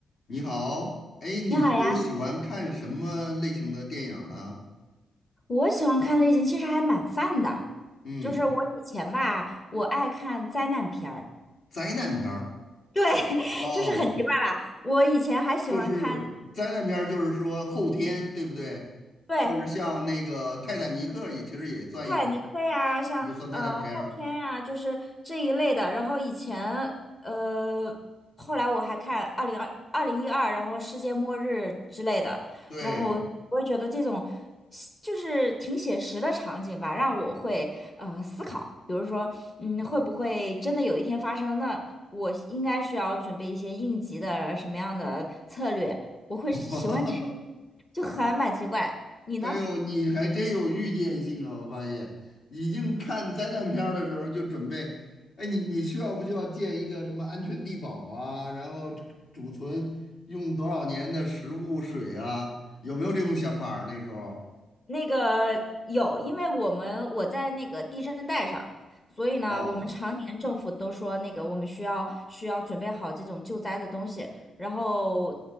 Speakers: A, on the left (about 55°); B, on the left (about 25°).
A: 你好，哎，你都喜欢看什么类型的电影儿呢？
B: 你好呀，我喜欢看类型其实还蛮泛的，
A: 嗯，
B: 就是我以前吧，我爱看灾难片儿，
A: 灾难片儿
B: 对，<laughs>
A: 哦，
B: 就是很奇怪吧，我以前还喜欢看，
A: 就是灾难片儿，就是说后天，对不对？
B: 对，
A: 或者像那个《泰坦尼克》也其实也算一种，
B: 哎，你可以啊，像呃后天呀、
A: 也算灾难片儿。
B: 就是这一类的。然后以前呃，后来我还看二零二二零一二，然后世界末日之类的。
A: 对，
B: 然后我也觉得这种写就是挺写实的场景吧，让我会呃思考，比如说嗯，会不会真的有一天发生？那我应该需要准备一些应急的什么样的策略？我会喜欢这，
A: <laughs>
B: <laughs> 就还蛮奇怪。你呢？
A: 哎呦，你还真有预见性啊！我发现，已经看灾难片儿的时候就准备，哎，你你需要不需要建一个什么安全地堡啊？然后储存用多少年的食物水啊？有没有这种想法儿那时候，
B: 那个有，因为我们我在那个地震带上，所以呢，
A: 哦
B: 我们常年政府都说那个我们需要需要准备好这种救灾的东西，然后